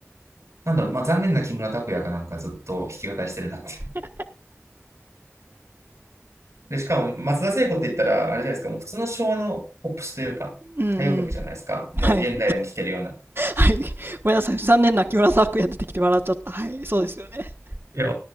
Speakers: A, on the right; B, on the right.
A: なんだろう、まあ残念な木村拓哉がなんかずっと弾き語りしてるなっていう。
B: <laughs>
A: <laughs> で、しかも松田聖子って言ったら、あれじゃないですか、もう普通の昭和のポップスというか、
B: うんうん。
A: 歌謡曲じゃないですか。もう現代でも聴けるような。
B: はい。はい。ごめんなさい。残念な木村ん服や出てきて笑っちゃった。はい。そうですよね。
A: いや、